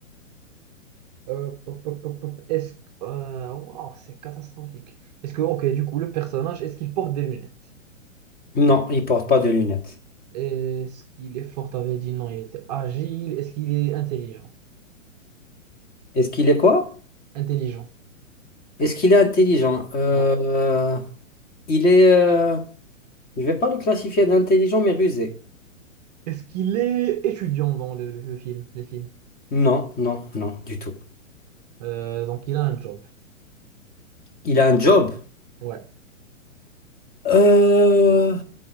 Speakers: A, on the right; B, on the left.
A: Euh, hop, hop, hop, hop, hop. Est-ce que. euh, wow, c'est catastrophique. Est-ce que, ok, du coup, le personnage, est-ce qu'il porte des lunettes?
B: Non, il porte pas de lunettes.
A: Est-ce qu'il est fort? T'avais dit non, il était agile. Est-ce qu'il est intelligent?
B: Est-ce qu'il est quoi?
A: Intelligent,
B: Est-ce qu'il est intelligent? Euh,
A: ouais.
B: il est... euh, je vais pas le classifier d'intelligent, mais rusé.
A: Est-ce qu'il est étudiant dans le, le film, les films?
B: Non, non, non, du tout.
A: Euh, donc, il a un job.
B: Il a un job.
A: Ouais.
B: Euh,